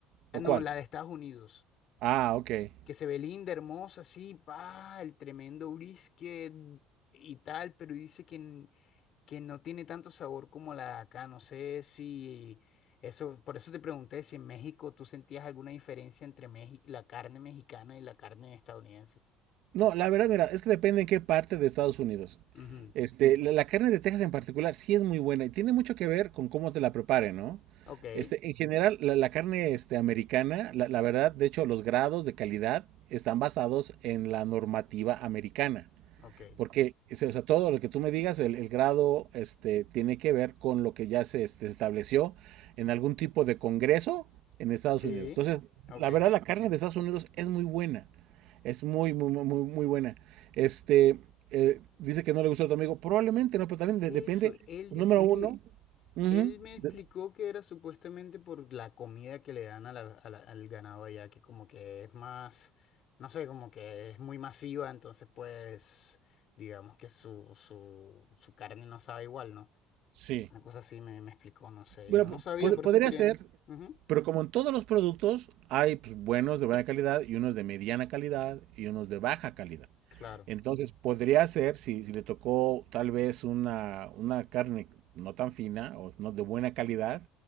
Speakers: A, on the left; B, on the right.
A: Ah,
B: ¿O
A: No,
B: cuál?
A: la de Estados Unidos
B: Ah, ok.
A: que se ve linda, hermosa, sí, pa, el tremendo brisket y tal, pero dice que, n- que no tiene tanto sabor como la de acá. No sé si eso, por eso te pregunté si en México tú sentías alguna diferencia entre Meji- la carne mexicana y la carne estadounidense.
B: No, la verdad, mira, es que depende en qué parte de Estados Unidos.
A: Ujú.
B: Este, la, la carne de Texas en particular sí es muy buena y tiene mucho que ver con cómo te la preparen, ¿no?
A: Ok,
B: Este, en general, la, la carne este, americana, la, la verdad, de hecho, los grados de calidad están basados en la normativa americana.
A: ok.
B: Porque, o sea, todo lo que tú me digas, el, el grado este, tiene que ver con lo que ya se este, estableció en algún tipo de congreso en Estados
A: Sí,
B: Unidos. Entonces,
A: ok.
B: la verdad, la carne de Estados Unidos es muy buena. Es muy, muy, muy, muy muy buena. Este, eh, dice que no le gustó a tu amigo. Probablemente no, pero también de-
A: Eso,
B: depende.
A: él
B: Número
A: dice
B: uno.
A: que
B: ujú,
A: Él me explicó
B: de-
A: que era supuestamente por la comida que le dan a la- a la- al ganado allá, que como que es más, no sé, como que es muy masiva, entonces pues digamos que su, su, su carne no sabe igual, ¿no?
B: sí.
A: Una cosa así me, me explicó, no sé,
B: Bueno,
A: yo
B: po-
A: no sabía,
B: pod-
A: por
B: podría
A: eso quería...
B: ser,
A: Ujú,
B: Pero como en todos los productos, hay pues, buenos de buena calidad y unos de mediana calidad y unos de baja calidad.
A: claro,
B: Entonces, podría ser, si, si le tocó tal vez una, una carne no tan fina o no de buena calidad,